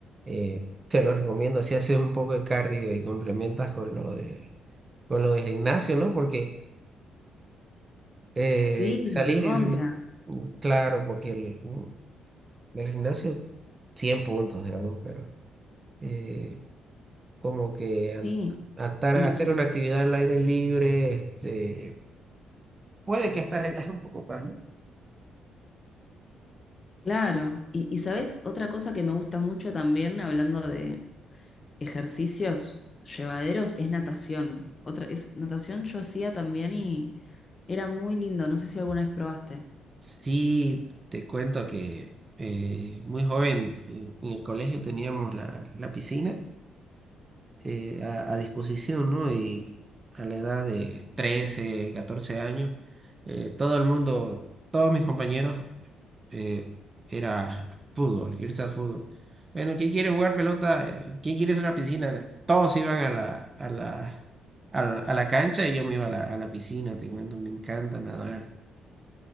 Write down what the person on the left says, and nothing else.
Sí,
recontra,
sí.
Y,
y
claro, y, y sabes, otra cosa que me gusta mucho también, hablando de, ejercicios llevaderos es natación. Otra, es, natación yo hacía también y era muy lindo. No sé si alguna vez probaste.